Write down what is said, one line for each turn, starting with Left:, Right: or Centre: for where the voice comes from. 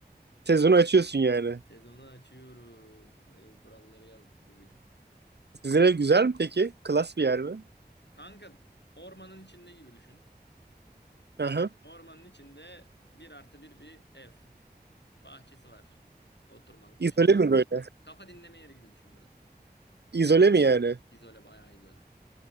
Right: Sezonu açıyorsun yani.
Left: Sezonu açıyoruz. Ev kuralları yazdık bugün.
Right: Sizin ev güzel mi peki? Klas bir yer mi?
Left: Kanka ormanın içinde gibi düşün.
Right: Aha.
Left: Ormanın içinde bir artı bir bir ev. Bahçesi var. Oturmalık
Right: İzole
Left: dışarıda.
Right: mi böyle?
Left: Kafa dinleme yeri gibi düşün biraz.
Right: İzole mi yani?
Left: İzole bayağı izole.